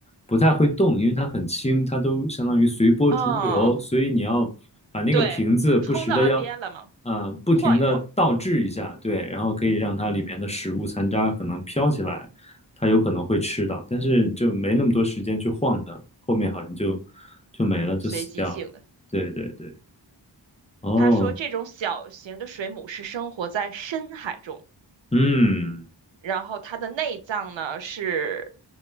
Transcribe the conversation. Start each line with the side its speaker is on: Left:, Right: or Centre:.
Left: 不太会动，因为它很轻，它都相当于随波逐流，
Right: 哦，
Left: 所以你要把那个瓶子不时的要，
Right: 对，就冲到岸边了嘛，
Left: 啊不停的倒置一下，
Right: 晃一晃，
Left: 对，然后可以让它里面的食物残渣可能飘起来，它有可能会吃到，但是就没那么多时间去晃它，后面好像就就没了，就死掉了。
Right: 随机性的。
Left: 对对对，哦，
Right: 他说，这种小型的水母是生活在深海中，
Left: 嗯
Right: 然后它的内脏呢是